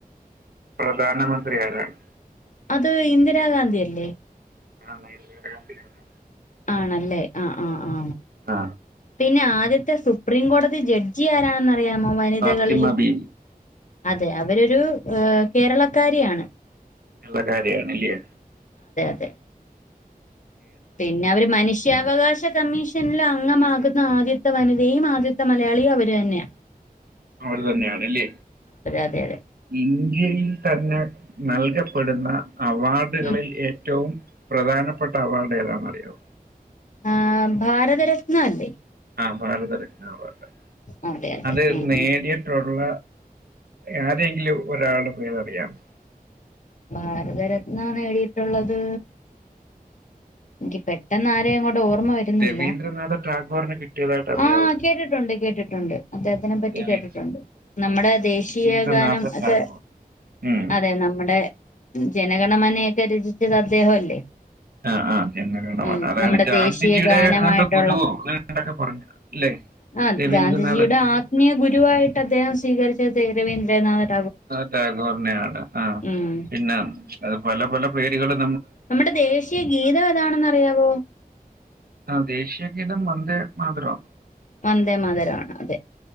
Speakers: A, on the right; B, on the left.
A: പ്രധാനമന്ത്രി ആരാണ്
B: അത് ഇന്ദിരാഗാന്ധി അല്ലേ
A: ആ ഇന്ദിര ഗാന്ധിയാണ്
B: ആണല്ലേ ആ ആ ആ
A: ആ
B: പിന്നെ ആദ്യത്തെ സുപ്രീം കോടതി ജഡ്ജി ആരാണെന്ന അറിയാമോ വനിതകളിൽ
A: ഫാത്തിമ ബീവി
B: അതെ അവരൊരു കേരളക്കാരിയാണ്
A: ുള്ള കാര്യാണല്ലയേ
B: <unintelligible> പിന്നെ അവര് മനുഷ്യാവകാശ കമ്മീഷനിൽ അംഗമാകുന്ന ആദ്യത്തെ വനിതയും ആദ്യത്തെ മലയാളിയും അവര് തന്നെയാണ്
A: അവര് തന്നെയാണല്ലേ
B: അതെ അതെ
A: ഇന്ത്യയിൽ തന്നെ നൽകപ്പെടുന്ന അവാർഡുകളിൽ
B: ഉം
A: ഏറ്റവും പ്രധാന പ്പെട്ട അവാർഡ് ഏതാന്ന് അറിയോ
B: ആ ഭാരതരത്ന അല്ലേ
A: ആ ഭാരത് രത്ന അവാർഡ്
B: അതെ അതെ
A: അത്
B: ഉം
A: നേടീട്ടുള്ള
B: ഉം
A: ആരെങ്കിലും ഒരാളുടെ പേര് അറിയാമോ
B: ഭാരതരത്ന നേടിയിട്ടുള്ളത് എനിക്ക് പെട്ടെന്ന് ആരെയ അങ്ങോട്ട ഓർമ്മ ഓർമ്മ വരുന്നില്ല
A: രവീന്ദ്രനാഥ ടാഗോറിന് കിട്ടിയതായിട്ട് അറിയാവോ
B: ആ കേട്ടിട്ടുണ്ട് കേട്ടിട്ടുണ്ട് അദ്ദേഹത്തിനെ പറ്റി
A: രവീ-
B: കേട്ടിട്ടുണ്ട് നമ്മുടെ ദേശീയ
A: രവീന്ദ്രനാഥ
B: ഗാനം ഒക്കെ
A: ടാഗോർ ഉം.
B: അതെ നമ്മുടെ ജനഗണമനയൊക്കെ രചിച്ചത് അദ്ദേഹല്ലേ.
A: ആ ആ ജനഗണമാണ്
B: ഉം
A: അതായത്
B: നമ്മുടെ
A: ഗാന്ധിജിയുടെ
B: ദേശീയ ഗാനമായിട്ടുള്ള
A: ഏതാണ്ട് ഗുരുവോ അങ്ങനെയൊക്കെ പറഞ്ഞു അല്ലേ
B: ആഹ്
A: രവീന്ദ്രനാഥ
B: ഗാന്ധിജിയുടെ ആത്മീയ ഗുരുവായിട്ട് അദ്ദേഹം സ്വീകരിച്ച <unintelligible> രവിന്ദ്രനാഥ
A: ആ ടാഗോറിനെയാണ്. ആ
B: ഉം
A: പിന്ന അത് പല പല പേരുകളും
B: നമ്മുടെ ദേശീയ ഗീതം ഏതാണെന്ന് അറിയാവോ?
A: ആ ദേശീയഗീതം വന്ദേ മാതരവാ.
B: വന്ദേമാതരമാണ്. അതെ.